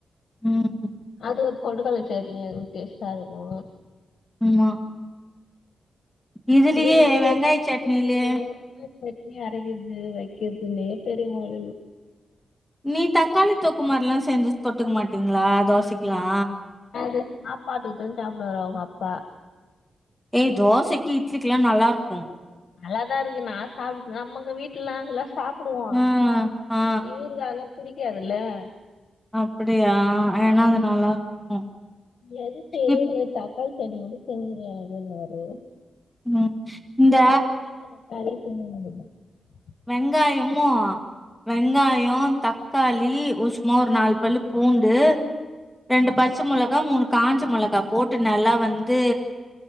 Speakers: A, in the centre; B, on the left.
A: ம்.
B: அது பொட்டுக்கடல சட்னி அதுவு டேஸ்ட்டா இருக்கு
A: ஆமா இதுலயே
B: இது நாலு
A: வெங்காய
B: வருஷோ ஆச்சுங்க
A: சட்னிலயே
B: <unintelligible> வேற எதுனா சட் னி அரைக்கிறது வைக்கறதுன்னே பெருமளவு
A: நீ தக்காளி தொக்கு மாரில்லா செஞ்சு தொட்டுக்க மாட்டிங்ளா தோசைக்கலா?
B: இது சாப்பாட்டுக்குதா சாப்ட வரு அவங்க அப்பா
A: ஏய் தோசைக்கி இட்லிக்கல்லா நல்லா இருக்கு
B: நல்லாதா இருக்கு நா சாப்ட நமக்கு வீட்லலா எல்லா சாப்புடுவோ
A: ஆ ஆ ஆ
B: இவருக்கு அதல்லா பிடிக்காதல்ல. அ
A: அ அப்படியா ஏன்னா அது நல்லா இருக்கு
B: எது தெரியல
A: இப்
B: தக்காளி சட்னி வந்து செஞ்சுக்கலா அதுன்னாரு.
A: ம் இந்த
B: ஓ அப்புறந்தா செரி <unintelligible> <unintelligible>
A: வெங்காயமு வெங்காயோ தக்காளி உ சும்மா ஒரு நாலு பல்லு பூண்டு ரெண்டு பச்ச மொள கா மூணு காஞ்ச மொளகா போட்டு நல்லா வந்து